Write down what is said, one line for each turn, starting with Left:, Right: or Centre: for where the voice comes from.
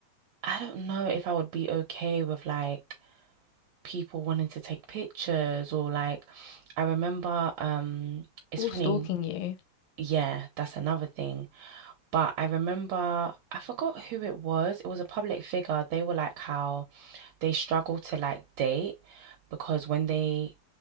Right: I don't know if I would be okay with like people wanting to take pictures or like I remember um it's
Left: All
Right: funny,
Left: stalking you.
Right: yeah, that's another thing. But I remember, I forgot who it was. It was a public figure. They were like how they struggle to like date because when they